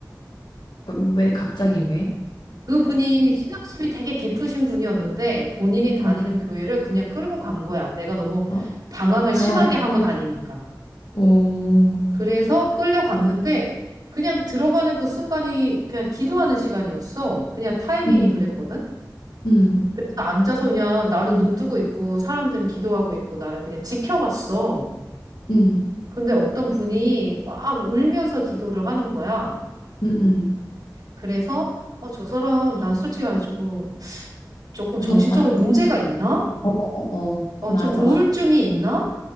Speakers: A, on the left; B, on the right.
A: 어, 왜 갑자기 왜?
B: 그분이 신앙심이 되게 깊으신 분이었는데 본인이 다니는
A: 어,
B: 교회를 그냥 끌고 간 거야. 내가 너무
A: 어,
B: 방황을
A: 당황해서.
B: 심하게 하고 다니니까.
A: 오
B: 그래서 끌려갔는데 그냥 들어가는 그 순간이 그냥 기도하는 시간이었어. 그냥 타이밍이
A: 음,
B: 그랬거든.
A: 음,
B: 앉아서 그냥 나는 눈 뜨고 있고 사람들은 기도하고 있고 나는 그냥 지켜봤어.
A: 음,
B: 근데 어떤 분이 막 울면서 기도를 하는 거야.
A: 음, 응.
B: 그래서 어, 저 사람 난 솔직히 말해 조금 조금 정신적으로
A: 무섭다.
B: 문제가 있나?
A: 어, 어, 어, 어,
B: 어,
A: 맞아.
B: 좀 우울증이 있나?